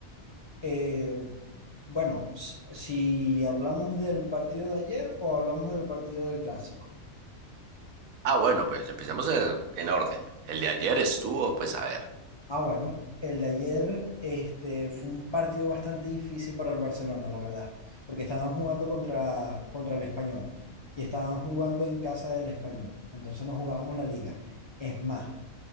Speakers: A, on the left (about 45°); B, on the right (about 80°).
A: Eh, bueno, s- si hablamos del partido de ayer o hablamos del partido del clásico.
B: Ah, bueno, pues empecemos en, en orden. El de ayer estuvo, pues a ver,
A: Ah, bueno, el de ayer este, fue un partido bastante difícil para el Barcelona, la verdad, porque estaban jugando contra, contra el Español y estaban jugando en casa del Español, entonces no jugábamos la liga. Es más,